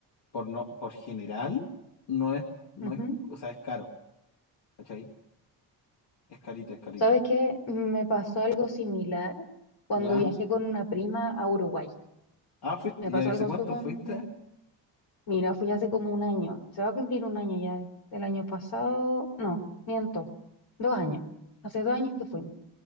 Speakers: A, on the left (about 60°); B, on the left (about 75°).
A: por no, por general, no es, no
B: ujú.
A: es, o sea, es caro, ¿cachai? Es carito, es carito.
B: ¿Sabes qué? Me pasó algo similar cuando
A: ¿Ya?
B: viajé con una prima a Uruguay.
A: Ah, fuiste,
B: Me pasó
A: ya yo
B: algo
A: sé cuánto
B: sumamente...
A: fuiste.
B: Mira, fui hace como un año. Se va a cumplir un año ya. El año pasado... No, miento. Dos años. Hace dos años que fui.